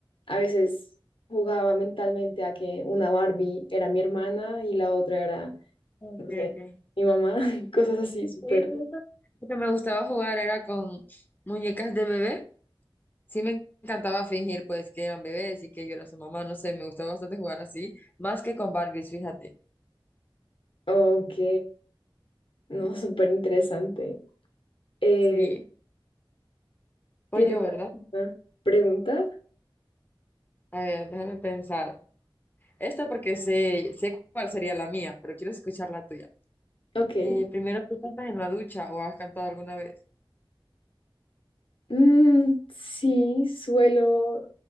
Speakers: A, on the left; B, on the left.
A: a veces jugaba mentalmente a que una Barbie era mi hermana y la otra era,
B: Ok,
A: no
B: ok.
A: sé, mi mamá, <laughs> cosas así, súper,
B: Sí, justo. Lo que me gustaba jugar era con muñecas de bebé. Sí me encantaba fingir pues que eran bebés y que yo era su mamá, no sé, me gustaba bastante jugar así, más que con Barbies, fíjate.
A: ok, no, súper interesante. Eh,
B: Sí, pues
A: ¿tienes
B: yo, ¿verdad?
A: alguna pregunta?
B: A ver, déjame pensar. Esta porque sé, sé cuál sería la mía, pero quiero escuchar la tuya.
A: Ok.
B: Eh, primero, ¿tú cantas en la ducha o has cantado alguna vez?
A: Mm, sí, suelo,